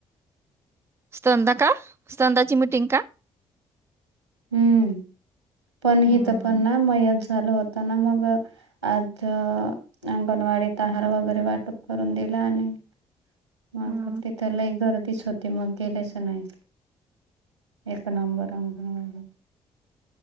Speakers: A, on the right; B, on the right.
A: स्ंदा का स्तंदाची मिीटिंग का
B: हम्म पण
A: हम्म.
B: ह तर पण ना मयच झाल होत ना मग आज अंगणवाडीत आहार वगैरे वाटप करून दि आणि मग
A: हम्म.
B: तिथ ल गर्दीच होती मग गेलेच नाही एक नंबर अंंगनवाले